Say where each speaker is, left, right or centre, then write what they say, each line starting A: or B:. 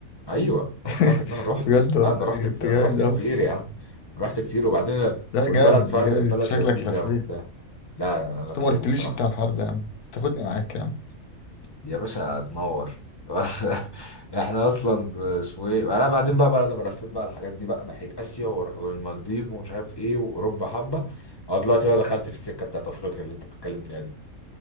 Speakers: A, on the left (about 25°); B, on the left (about 90°).
A: ايوه
B: <laughs>
A: انا بكلمك ان انا رحت
B: بجد والله
A: لا انا رحت
B: دي-
A: كتير
B: انت جامد
A: انا رحت كتير
B: قوي
A: يا عم رحت كتير وبعدين
B: لا
A: والبلد
B: جامد
A: فاهم
B: ده جامد
A: البلد
B: شكلك
A: لذيذه
B: لفيت
A: وبتاع لا انا
B: بس
A: لفيت
B: ما قلتليش
A: بصراحه
B: انت على الحوار ده يا عم تاخدني معاك يا عم
A: يا باشا تنور بس <laughs> احنا اصلا اسمه ايه انا بعدين بقى بقى لما لفيت بقى الحاجات دي بقى ناحيه اسيا واروح للمالديف ومش عارف ايه واوروبا حبه اه دلوقتي بقى دخلت في السكه بتاعت افريقيا اللي انت بتتكلم فيها دي